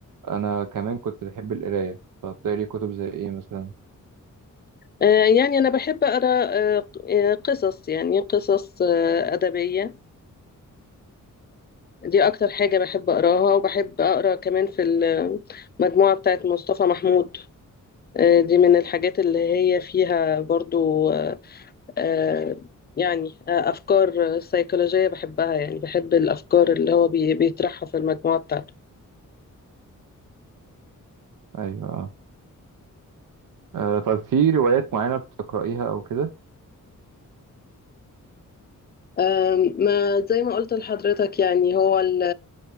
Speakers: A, on the right; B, on the left.
A: أنا كمان كنت بحب القراية فبتقري كتب زي إيه مثلا؟
B: آه، يعني أنا بحب أقرأ آه، ق- آه، قصص يعني قصص آه، أدبية دي أكتر حاجة بحب أقراها وبحب أقرأ كمان في المجموعة بتاعت مصطفى محمود آه، دي من الحاجات اللي هي فيها برضو آه، آه، يعني آه، أفكار سيكولوجية بحبها يعني بحب الأفكار اللي هو بي- بيطرحها في المجموعة بتاعته
A: أيوه آه طيب في روايات معينة بتقرأيها أو كده؟
B: آم، ما زي ما قلت لحضرتك يعني هو ال-